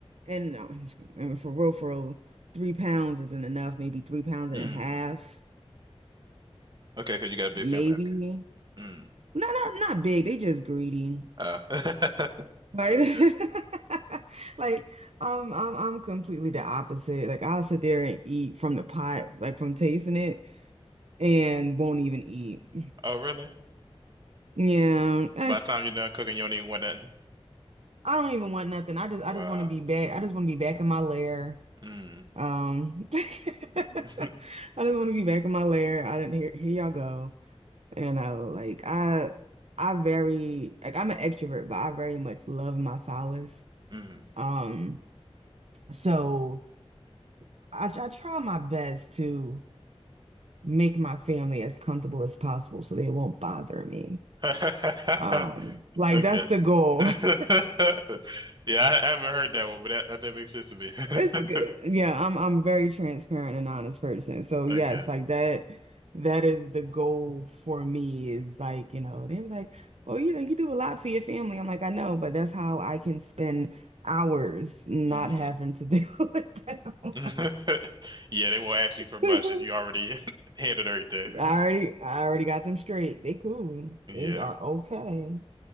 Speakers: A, on the right; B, on the right.
A: and no, and for real, for real, three pounds isn't enough. Maybe three pounds and
B: Mm.
A: a half,
B: Okay, because you got a big
A: maybe.
B: family. Okay. Mm.
A: Not not not big. They just greedy,
B: Uh. <laughs>
A: right?
B: Okay.
A: <laughs> Like I'm I'm I'm completely the opposite. Like I'll sit there and eat from the pot, like from tasting it, and won't even eat.
B: Oh, really?
A: Yeah,
B: So
A: I,
B: by the time you're done cooking, you don't even want nothing.
A: I don't even want nothing. I just I
B: Wow.
A: just want to be back. I just want to be back in my lair
B: Mm.
A: Um, <laughs> I
B: <laughs>
A: just want to be back in my lair. I didn't hear here y'all go. And I like I I very like I'm an extrovert, but I very much love my solace.
B: Mm.
A: Um, so I I try my best to make my family as comfortable as possible so they won't bother me.
B: <laughs>
A: Um, like
B: Okay.
A: that's the goal.
B: <laughs>
A: <laughs>
B: Yeah, I I haven't heard that one, but that that, that makes sense to me. <laughs>
A: It's a good. Yeah, I'm I'm a very transparent and honest person. So
B: Okay.
A: yes, like that that is the goal for me is like, you know, they was like, "Well, you know, you do a lot for your family." I'm like, "I know, but that's how I can spend hours not
B: Mm.
A: having to <laughs> deal with them."
B: <laughs> Yeah, they won't ask you for much
A: <laughs>
B: if you already <laughs> handled everything.
A: I
B: <laughs>
A: already I already got them straight. They cool.
B: Yeah.
A: They are okay.